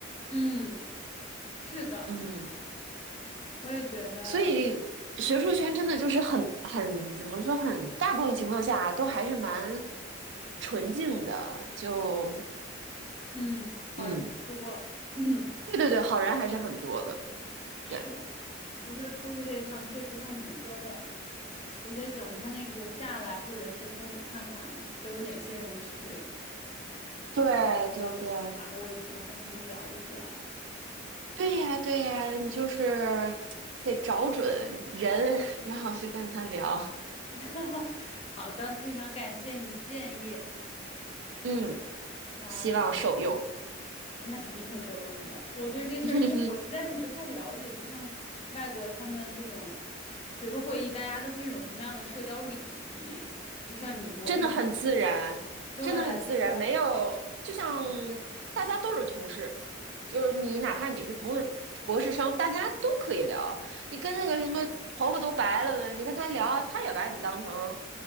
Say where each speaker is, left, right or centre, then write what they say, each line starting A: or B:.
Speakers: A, on the left (about 35°); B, on the right (about 65°).
A: 嗯，是的，
B: 嗯。
A: 我也觉得。
B: 所以学术圈真的就是很很怎么说很大部分情况下啊都还是蛮纯净的，就
A: 嗯，好人居多。
B: 嗯，
A: <clears throat> 嗯
B: 对对对，好人还是很多的，
A: <laughs>，是，
B: 对
A: 你说出去这趟确实像你说的，我得等他那个下来，或者是开始看看都有哪些人去，
B: 对对对，
A: 要把握住，跟他们聊一聊。
B: 对呀对呀，你就是得找准人，然后去跟他聊，
A: <laughs> 好的，非常感谢你的建议。
B: 嗯，
A: 好，
B: 希望受用。
A: 那肯定会受用的。我对这事儿，
B: <laughs>
A: 因为我实在是不太了解，就像外国他们这种学术会议，大家都是一种什么样的社交礼仪？就像你，我跟你说的。
B: 真的很自然，
A: 对，
B: 真的很自然，
A: 就是，
B: 没有，就像大家都是同事，就是你哪怕你是同事博士生，大家都可以聊。你跟那个什么头发都白了的，你跟他聊，他也把你当成